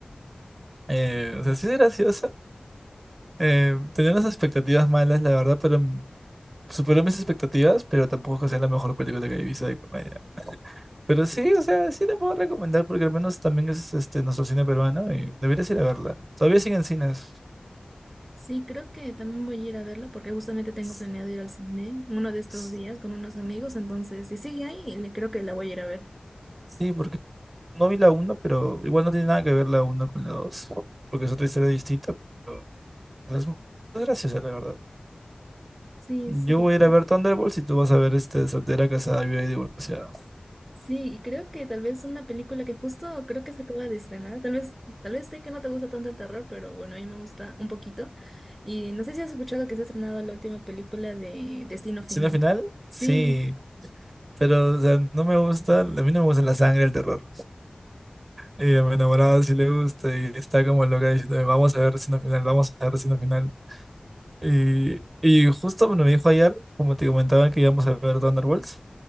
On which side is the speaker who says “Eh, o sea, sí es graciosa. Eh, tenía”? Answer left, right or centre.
Right